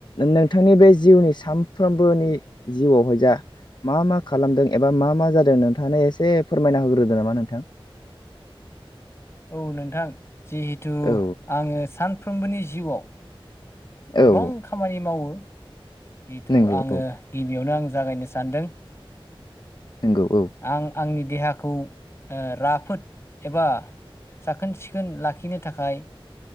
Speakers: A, on the left (about 50°); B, on the left (about 25°).
A: नोंथांनि बे जिउनि सानफ्रोमबोनि जिउआवहाय जा मा मा खालामदों एबा मा मा जादों नोंथाङानो एसे फोरमायना होग्रोदों नामा नोंथां।
B: औ नोंथां जिहेथु
A: औ
B: आङो सानफ्रोमबोनि जिउआव। गोबां
A: औ
B: खामानि मावो जिहेथु
A: नंगौ
B: आङो
A: औ
B: गिबियावनो आं जागायनो सानदों।
A: नंगौ औ।
B: आं आंनि देहाखौ राफोद एबा साखोन सिखोन लाखिनो थाखाय